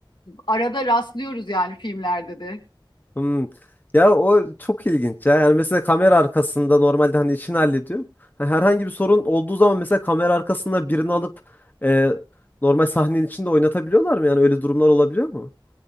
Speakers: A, on the left; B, on the left.
A: arada rastlıyoruz yani filmlerde de.
B: Hmm. Ya o çok ilginç ya. Yani mesela kamera arkasında normalde hani işini hallediyor. Ha, Herhangi bir sorun olduğu zaman mesela kamera arkasında birini alıp e, normal sahnenin içinde oynatabiliyorlar mı? Yani öyle durumlar olabiliyor mu?